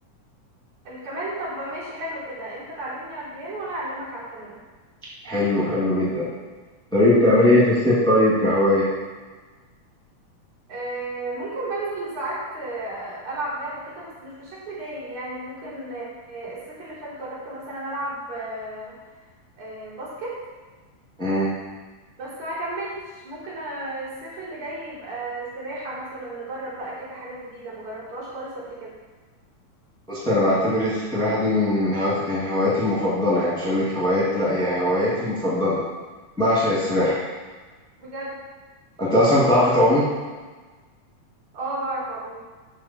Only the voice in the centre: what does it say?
حلو حلو جدا طيب بتعملي إيه في الصيف طيب كهواية؟
مم.
بص أنا بعتبر السباحة دي من من هوايات من هواياتي المفضلة يعني مش هقولك هوايات لأ هي هواياتي المفضلة بعشق السباحة
أنت أصلا بتعرفي تعومي؟